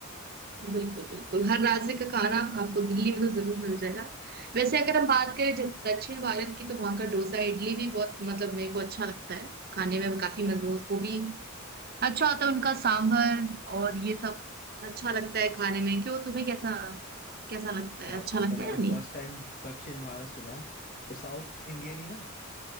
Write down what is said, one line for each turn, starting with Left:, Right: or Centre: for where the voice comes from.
Right: बिल्कुल बिल्कुल हर राज्य का खाना आपको दिल्ली में तो जरूर मिल जाएगा वैसे अगर हम बात करें जब दक्षिण भारत की तो वहाँ का डोसा इडली भी बहुत मतलब मेरे को अच्छा लगता है खाने में काफी मजबूत वो भी अच्छा होता है उनका सांभर और ये सब अच्छा लगता है खाने में क्यों तुम्हें कैसा कैसा लगता
Left: क्या
Right: है अच्छा
Left: बात
Right: लगता
Left: है मैंने
Right: है या नहीं
Left: फर्स्ट टाइम दक्षिण भारत सुना है और साउथ इंडियन ही ना